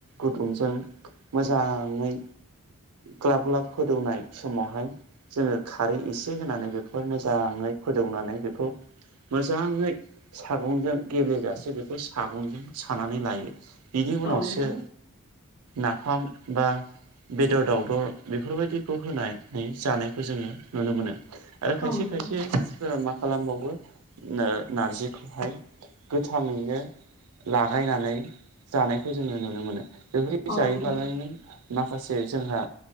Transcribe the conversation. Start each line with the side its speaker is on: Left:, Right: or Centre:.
Right: गुदुंजों मोजाङै ग्लाब ग्लाब फोदौनाय समावहाय जोङो खारै एसे होनानैबो मोजाङै फोदौनानै बेखौ मोजाङै सागंजों गेब्लेजासे बेखौ सागंजों सानानै लायो बिनि उनावसो
Left: नोंथां
Right: नाफाम बा बेदर दावदर बेफोरबायदिखौ होनानै जानायखौ जोङो नुनो मोनो आरो खायसे
Left: औ नोंथां
Right: खायसे सोर मा खालामबावो नारजिखौहाय गोथाङैनो लागायनानै जानायखौ जोङो नुनो मोनो बेफोरदि
Left: औ
Right: जायोब्लालायनो
Left: नोंथां
Right: माखासे जोंहा